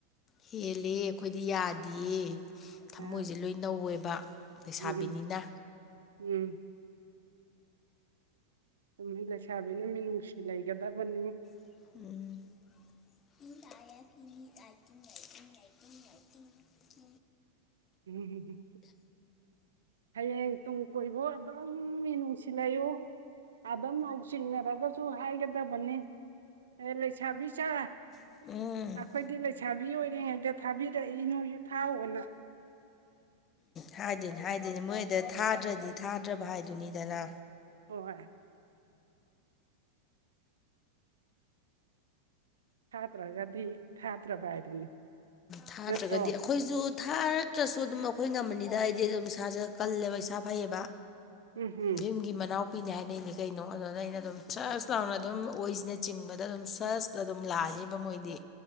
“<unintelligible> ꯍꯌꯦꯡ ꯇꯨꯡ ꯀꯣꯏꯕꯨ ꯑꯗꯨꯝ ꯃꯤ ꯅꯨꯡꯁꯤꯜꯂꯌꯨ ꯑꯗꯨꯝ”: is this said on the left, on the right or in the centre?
Right